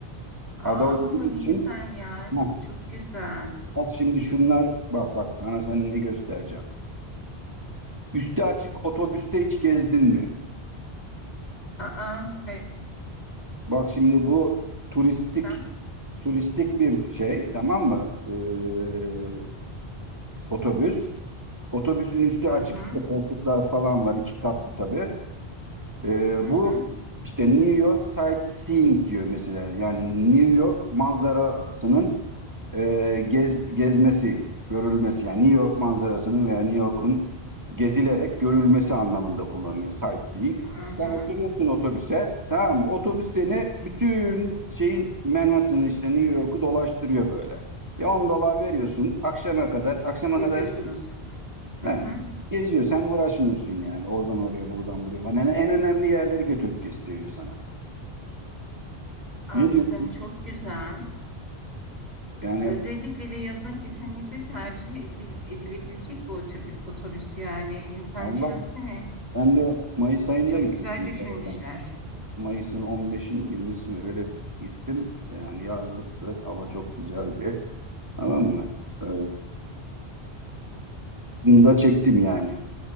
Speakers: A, on the left; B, on the right.
A: Aa
B: Ada olduğu
A: ne
B: için
A: güzel ya.
B: Heh,
A: Çok güzel.
B: bak şimdi şunlar bak bak sana sen ne göstereceğim. Üstü açık otobüste hiç gezdin mi?
A: Aa hayır
B: Bak şimdi bu turistik
A: sen.
B: turistik bir şey tamam mı? Ee, otobüs. Otobüsün üstü
A: Hı hı.
B: açık işte koltuklar falan var iki katlı tabii. Ee,
A: Hı hı.
B: bu işte New York sightseeing diyor mesela. Yani New York manzarasının e, gez, gezmesi, görülmesi. Yani New York manzarasının veya New York'un gezilerek görülmesi anlamında kullanılıyor sightseeing.
A: Hı
B: Sen
A: hı.
B: oturuyorsun otobüse, tamam mı? Otobüs seni bütün şeyin Manhattan'ı işte New York'u dolaştırıyor böyle. Ya 10 dolar veriyorsun akşama kadar, akşama
A: Geziyorsunuz.
B: kadar
A: Hı
B: He.
A: hı.
B: Geziyor. Sen uğraşmıyorsun yani. Oradan oraya, buradan buraya falan. En, en önemli yerleri götürüp gösteriyor sana.
A: Anladım.
B: Ne diyorsun?
A: Çok güzel.
B: Yani
A: Özellikle de yazın kesinlikle tercih edil- edilebilecek bir otobü- otobüs yani. İnsan
B: Allah.
A: düşünsene.
B: Ben de Mayıs ayında
A: Çok
B: gittim
A: güzel düşünmüşler.
B: zaten. Mayıs'ın 15'i mi 20'si mi öyle gittim. Yani yazlıktı. Hava çok güzeldi. Tamam mı? Ee, bunu da çektim yani.